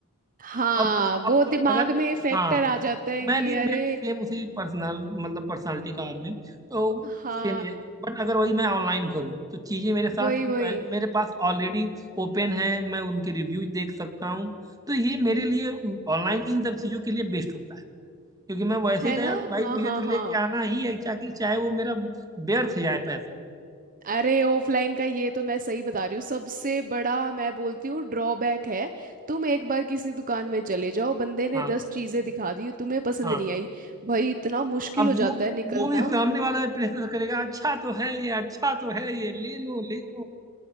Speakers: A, on the right; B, on the right.
A: हाँ
B: अब अब
A: वो दिमाग
B: अब अगर
A: में फैक्टर
B: हाँ
A: आ जाता है
B: मैं
A: कि
B: भी मैं
A: अरे
B: भी सेम उसी पर्सनल मतलब पर्सनालिटी का आदमी हूँ, तो
A: हाँ
B: सेम ही है बट अगर वही मैं ऑनलाइन करूँ तो चीज़ें मेरे साथ
A: वही वही
B: पहले मेरे पास ऑलरेडी ओपन है मैं उनके रिव्यूज देख सकता हूँ तो ये मेरे लिए ऑनलाइन इन सब चीज़ों के लिए बेस्ट होता है क्योंकि मैं वैसे
A: है
B: गया
A: ना
B: तो भाई
A: हाँ
B: मुझे
A: हाँ
B: तो लेके
A: हाँ
B: आना ही है चाहे चाहे वो मेरा व्यर्थ जाए पैसा
A: अरे ऑफलाइन का ये तो मैं सही बता रही हूँ सबसे बड़ा मैं बोलती हूँ ड्रॉबैक है तुम एक बार किसी दुकान में चले जाओ बंदे ने
B: हाँ
A: दस चीजें दिखा दी तुम्हें पसंद
B: हाँ
A: नहीं आई भाई इतना मुश्किल
B: अब
A: हो
B: वो
A: जाता है निकलना
B: वो भी सामने वाला प्रेशर करेगा अच्छा तो है ये अच्छा तो है ये ले लो ले लो